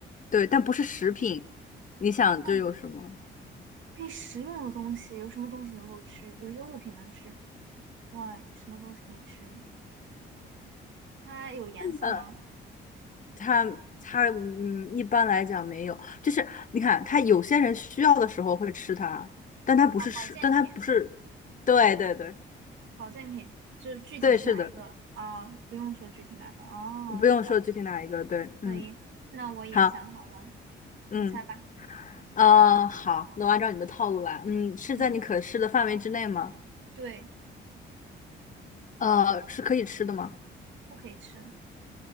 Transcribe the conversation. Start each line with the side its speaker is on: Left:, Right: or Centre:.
Left: 对，但不是食品。你想这有什么？
Right: 那可以食用的东西有什么东西能够吃？有一些物品能吃，哇，什么东西可以吃？它有颜色吗？
Left: 呃，它它嗯，一般来讲没有，就是你看，它有些人需要的时候会吃它，但它不是食，
Right: 啊，保健品。
Left: 但它不是，对对对
Right: 保健品，就是具体是哪一个？
Left: 对，是的，
Right: 哦，不用说具体哪个。哦，
Left: 不用说具体哪一个，
Right: 好，
Left: 对，嗯，
Right: 可以。那我也想好了，
Left: 好，嗯，
Right: 你猜吧。
Left: 呃，好，那我按照你的套路来，嗯，是在你可视的范围之内吗？
Right: 嗯，对，
Left: 呃，是可以吃的吗？
Right: 不可以吃。